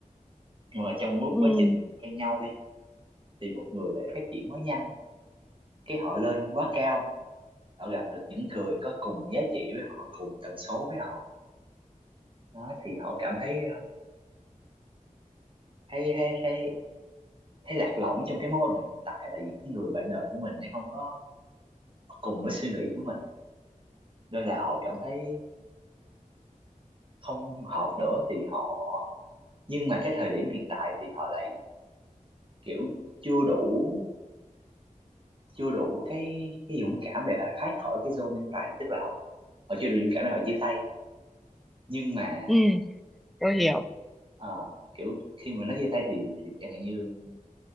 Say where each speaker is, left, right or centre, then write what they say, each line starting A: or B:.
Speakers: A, on the right; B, in the centre.
A: nhưng mà trong lúc
B: Ừ,
A: quá trình quen nhau đi thì một người lại phát triển quá nhanh cái họ lên quá cao họ gặp được những người có cùng giá trị với họ cùng tần số với họ đó thì họ cảm thấy ờ, thấy thấy thấy thấy lạc lõng trong cái mối quan hệ hiện tại tại vì cái người bạn đời của mình đang không có cùng với suy nghĩ của mình nên là họ cảm thấy không hợp nữa thì họ nhưng mà cái thời điểm hiện tại thì họ lại kiểu chưa đủ chưa đủ cái cái dũng cảm để họ thoát khỏi cái zone an toàn tức là họ họ chưa đủ dũng cảm để họ chia tay nhưng mà
B: ừ, tôi hiểu.
A: ờ, kiểu khi mà nó chia tay thì thì chẳng hạn như